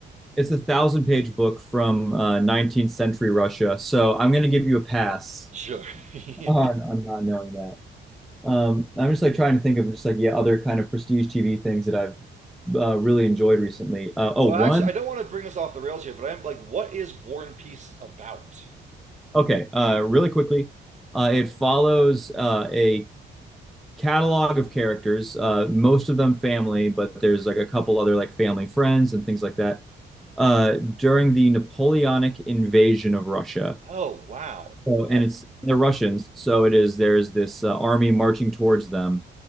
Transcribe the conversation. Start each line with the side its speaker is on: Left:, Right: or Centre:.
Centre: it's a thousand page book from uh, 19th century Russia. So I'm going to give you a pass.
Right: Sure. <laughs> yeah.
Centre: on on not knowing that. Um, I'm just like trying to think of just like yeah, other kind of prestige TV things that I've uh, really enjoyed recently. Uh, oh,
Right: Well,
Centre: one.
Right: actually, I don't want to bring us off the rails here, but I'm like, what is War and Peace about?
Centre: Okay, uh, really quickly, uh, it follows uh, a catalog of characters, uh, most of them family, but there's like a couple other like family friends and things like that. Uh, during the Napoleonic invasion of Russia,
Right: Oh, wow.
Centre: So,
Right: That's
Centre: and it's they're
Right: yeah.
Centre: Russians, so it is. There's this uh, army marching towards them,